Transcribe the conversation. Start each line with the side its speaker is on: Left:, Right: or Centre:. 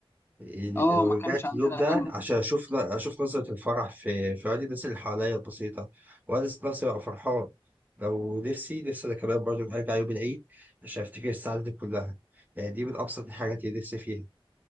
Right: يعني
Left: اه
Right: لو
Left: ما
Right: رجعت
Left: كانش عندنا
Right: اليوم ده
Left: هم
Right: عشان أشوف أشوف نظرة الفرح في في عيون الناس اللي حواليا البسيطة وأنا ذات نفسي ببقى فرحان لو نفسي نفسي أنا كمان برضه أرجع يوم العيد عشان أفتكر السعادة دي كلها يعني دي من أبسط الحاجات اللي نفسي فيها